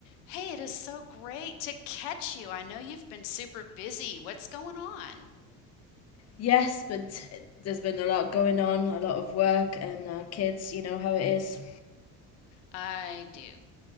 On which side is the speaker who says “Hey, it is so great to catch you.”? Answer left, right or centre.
Left